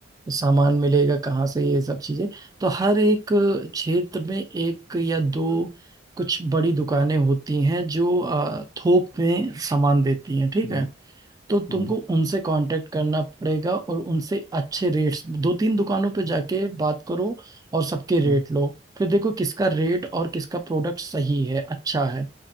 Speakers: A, on the right; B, on the left.
A: सामान मिलेगा कहाँ से ये सब चीजें तो हर एक क्षेत्र में एक या दो कुछ बड़ी दुकानें होती हैं जो अ, थोक में सामान देती हैं ठीक
B: हम्म,
A: है तो
B: हम्म,
A: तुमको उनसे कांटेक्ट करना पड़ेगा और उनसे अच्छे रेट्स दो तीन दुकानों पे जाके बात करो और सबके रेट
B: हम्म,
A: लो फिर देखो किसका रेट और किसका प्रोडक्ट सही है अच्छा है